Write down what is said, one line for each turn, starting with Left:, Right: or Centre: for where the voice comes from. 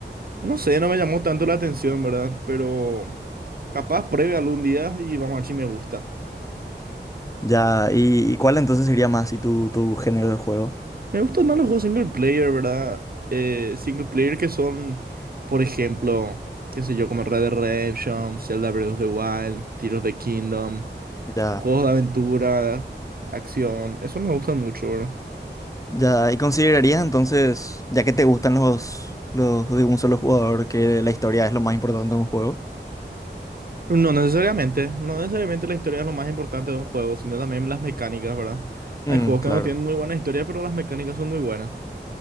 Right: no sé, no me llamó tanto la atención, ¿verdad? Pero capaz pruebe algún día y vamos a ver si me gusta.
Left: Ya, ¿y, y cuál entonces sería más y tu, tu género de juego?
Right: Me gustan más los juegos single player, ¿verdad? Eh, single player que son, por ejemplo, qué sé yo, como Red Dead Redemption, Zelda Breath of the Wild, Tears of the Kingdom,
Left: Ya,
Right: juegos de aventura, acción. Eso me gustan mucho, ¿verdad?
Left: ya, ¿y considerarías entonces, ya que te gustan los, los de un solo jugador, que la historia es lo más importante de un juego?
Right: No necesariamente, no necesariamente la historia es lo más importante de un juego, sino también las mecánicas, ¿verdad?
Left: Mm,
Right: Hay juegos
Left: claro.
Right: que no tienen muy buena historia, pero las mecánicas son muy buenas.